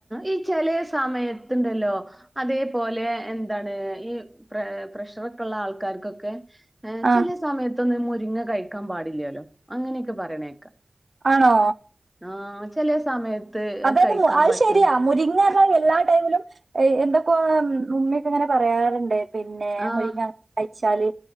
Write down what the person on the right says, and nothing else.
ആ
ആണോ
അതേ
അത് മു അത്
ശരിയ മുരിങ്ങ ആ എല്ലാ ടൈയിമിലും എന്തൊക്കെയാണ് മുന്നിൽ അങ്ങനെ പറയാറ്ണ്ട് പിന്നെ
മുരിങ്ങ കയിച്ചാല്